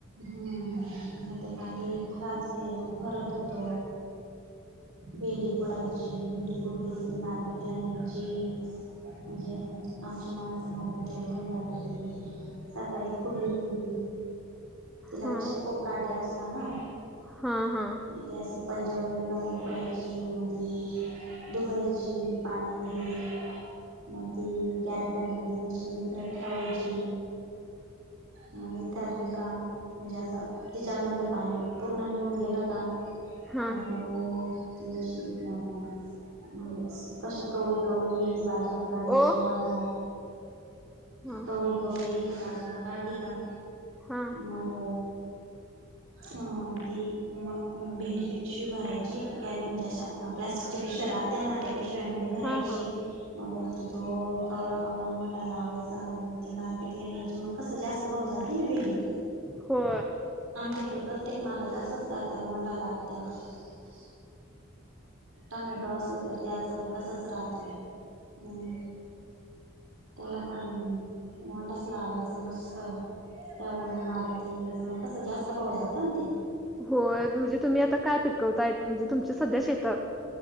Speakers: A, on the right; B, in the centre.
A: हम्म ते कांदे खराब झाले मग भरत होतो. भेंडी फोडायची भेंडी फुडली ती मार्केटला न्यायची म्हणजे आमची माणसं मार्केट ला घेऊन जात ते सकाळी खुडली ती. तिला
B: हा
A: कसे खूप काटे असत ना.
B: हम् हम्म.
A: ते असं पंजे वगैरे घालून खोडायची मध्ये धुवायची. पाण्यामध्ये मग ती कॅरेटांमध्ये असशी नेत्र ठेवायचे. मनी तरली. का म्हणजे असं तिच्या मधलं पाणी पूर्ण निघून गेलं का?
B: हा
A: हो अशी अ कशी कवळी कवळी भेंडी बाजू लाग काढायची
B: ओ
A: मोंढा
B: हा
A: कवळी कवळी भेडी बाजूला काढली का?
B: हा.
A: मग? अ ती मग मग भेंडीची पिशवी भरायची कॅरी म्हणजे अशा प्लास्टिकची पिशवी्या राह त्यांना शिवाय म भरायची
B: हा हा
A: मग वरती तो कवळा कवळा मोंडा लावायचा मग. मार्केटला न्यायची मग कसं जास्त भाव जाते ना भेंडी
B: हो.
A: आमच्या इकडे प्रत्येक माला तर असंच करत मोंडा लावे तेव्हा टमॅटो असल तर त्याच ह तसच राहतम् त्याला पण मोल्डस लावायच मस्त त्या मार्केट ला मिळच मग कस जास्त भाव जात ना ते.
B: हो म्हणजे तुम्ही आता काय पिकवताय म्हणजे तुमच्या सध्या शेतात.